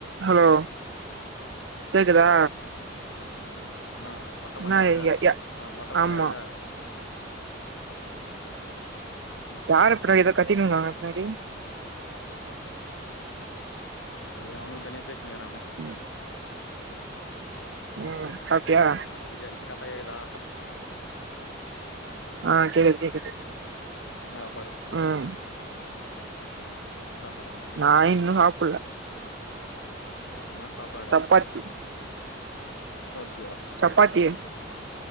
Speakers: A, on the right; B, on the left.
A: hello கேக்குதா
B: ம் நா ம் மொட்ட மாடிலையா
A: என்ன
B: இருக்க
A: ய ய
B: ஆ மொட்ட மாடிலைய
A: ஆமா
B: இருக்க ஹ
A: யார பின்னாடி ஏதோ கத்தினு இருங்க பின்னாடி
B: அது எதோ அவுங்க தனியா பேசினுகிறானுங்கோ
A: ம் ம் சாப்டியா
B: பன்னென்றைகே இப்ப கரெக்டா கேக்குதா
A: ஆ கேக்குது கேக்குது
B: இன்னா டா படு
A: ம்
B: இன்னா சாப்பாடு உங்க வீட்
A: நா இன்னு சாப்புட்ல
B: இன்னா சாப்பாடு
A: சப்பாத்தி
B: சபாத்தியா
A: சப்பாத்தி